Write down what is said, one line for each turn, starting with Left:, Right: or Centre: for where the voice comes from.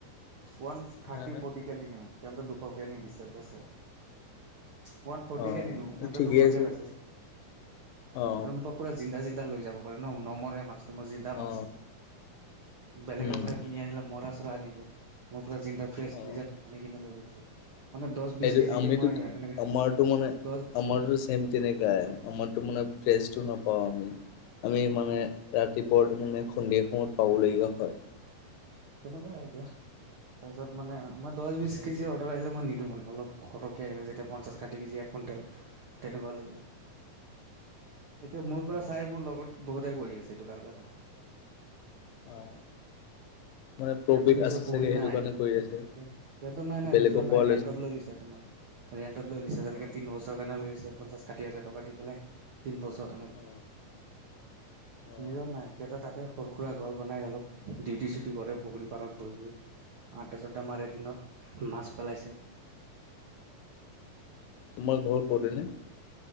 Right: ওৱান থাৰ্টি
Left: হা হা
Right: ফৰ্টি, দিওঁ কিনো দুশকে নিবিছে বেচ ওৱান ফৰ্টিকে
Left: অ
Right: দিলো সিহতে
Left: ঠিকেই
Right: দুশকে
Left: আছে
Right: বেছে
Left: অ
Right: আৰু পুৰা জিন্দা জিন্দা লৈ যাব পাৰে ন নমৰে মাছটো নমৰে জিন্দা
Left: অ
Right: মাছ। বেলেগৰ
Left: উম
Right: পৰা কিনি আনিলে মৰা চৰা আনিব। মোৰ পৰা জিন্ডা ফ্ৰেছ
Left: অ
Right: নিজে আনি কিনে লৈ গুচি যায়। মানে দহ
Left: সেইটো
Right: বিশ কেজিকে
Left: আমিতো
Right: মই এনেকে
Left: আমাৰতো মানে
Right: দহ,
Left: আমাৰতো <unintelligible> আমাৰতো মানে ফ্ৰেচটো নাপাওঁ আমি। আমি মানে ৰাতিপুৱাটো মানে সন্ধীয়া সময়ত পাবলগীয়া হয়।
Right: তেনেকুৱাই এতিয়া। তাৰপিছত মানে মই দহ
Left: কিনিয়ে
Right: বিশ কেজি
Left: থৈ দিয়ে
Right: অৰ্ডাৰ আহিলে মই নিদিওঁ মানে অলপ, দুশ টকীয়া আহিলে যেতিয়া পঞ্চাশ ষাঠি কেজি এক কুইণ্টেল তেনেকুৱা দিওঁ। এতিয়া মোৰ পৰা
Left: অ
Right: চাই মোৰ লগত বহুতে কৰি আছে এইটো কাৰবাৰটো।
Left: অ মানে প্ৰফিট
Right: সিহঁতৰ নিজৰ
Left: আছে
Right: পুখুৰী
Left: চাগে সেইটো
Right: নাই
Left: কাৰণে কৰি আছে।
Right: সি সিহঁতো নাই নাই
Left: বেলেগৰ
Right: নিজৰ নাই
Left: পৰা
Right: ৰেণ্টত লৈ লৈছে তোমাৰ। ৰেণ্টত লৈ লৈছে যেনেকে
Left: অ
Right: তিন বছৰ কাৰণে লৈ লৈ পঞ্চাছ ষাঠি হাজাৰ টকা দি পেলাই। তিন বছৰ কাৰণে লৈছ।
Left: অ অ
Right: নিজৰ নাই কেলে তাত, তাতে সৰু সুৰা ঘৰ বনাই অলপ ডিউটি চিউটি কৰে পুখুৰী পাৰত বহি বহি। আড্ডা চাড্ডা মাৰে
Left: অ।
Right: দিনত। মাছ পেলাইছে,
Left: তোমাৰ ঘৰ কত এনে?